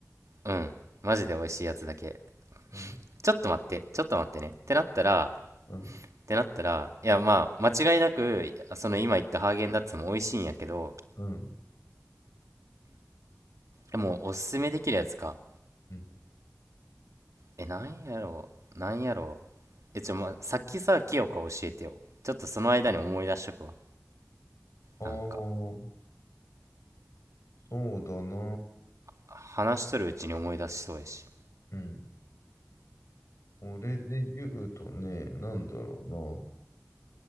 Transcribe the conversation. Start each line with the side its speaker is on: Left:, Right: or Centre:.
Right: うん。マジで美味しいやつだけ。
Left: うん、
Right: ちょっと待って、ちょっと待ってね。ってなったら、っ
Left: うん、うん、
Right: てなったら、いやまあ、間違いなく、その今言ったハーゲンダッツも美味しいんやけど、
Left: うん、
Right: えもうおすすめできるやつか。
Left: うん。
Right: え、なんやろう、なんやろう。え、ちょ、ま、さっきさ、清香教えてよ。ちょっとその間に思い出しとくわ。
Left: ああ、
Right: なんか、
Left: そうだな。
Right: 話しとるうちに思い出しそうやし。
Left: うん。俺で言うとね、なんだろうな。